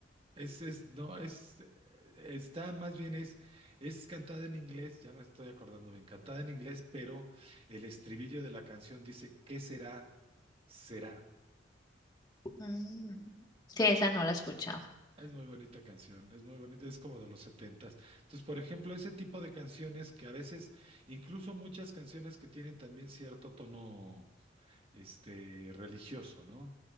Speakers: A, on the right (about 30°); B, on the left (about 20°).
A: Es, es, no, es, eh, está más bien es, es cantada en inglés, ya me estoy acordando bien, cantada en inglés, pero el estribillo de la canción dice, ¿qué será? Será.
B: Mm. Sí, esa no la he escuchado.
A: Es muy bonita canción, es muy bonita, es como de los setentas. Entonces, por ejemplo, ese tipo de canciones que a veces, incluso muchas canciones que tienen también cierto tono este, religioso, ¿no?